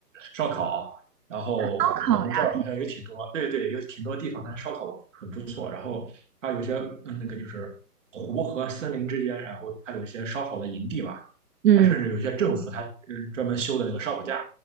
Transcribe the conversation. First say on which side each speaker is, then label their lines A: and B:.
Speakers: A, on the right (about 50°); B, on the right (about 80°).
A: 烧烤，然后我们这儿好像有挺多，
B: 烧烤呀。
A: 对对，有挺多地方它烧烤很不错。然后它有些，嗯，那个就是湖和森林之间，然后它有一些烧烤的营地嘛。
B: 嗯
A: 它甚至有些政府它嗯专门修的那个烧烤架。